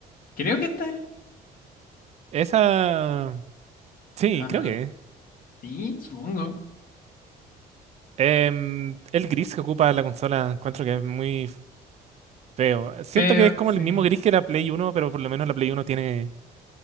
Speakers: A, on the left; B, on the right.
A: creo que este.
B: Esa... Sí,
A: Ah,
B: creo que... es.
A: sí, supongo.
B: Em, el gris que ocupa la consola encuentro que es muy feo. Siento
A: Feo,
B: que es como
A: sí.
B: el mismo gris que la Play Uno, pero por lo menos la Play Uno tiene